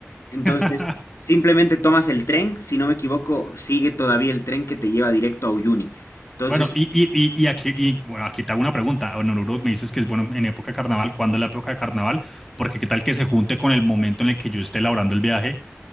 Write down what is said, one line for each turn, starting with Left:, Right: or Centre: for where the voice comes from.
Left: Entonces,
Centre: <laughs>
Left: simplemente tomas el tren, si no me equivoco, sigue todavía el tren que te lleva directo a Uyuni. Entonces,
Centre: Bueno, y, y, y, y aquí, y, bueno, aquí te hago una pregunta. En Oruro me dices que es bueno en época de carnaval. ¿Cuándo es la época de carnaval? Porque qué tal que se junte con el momento en el que yo esté elaborando el viaje.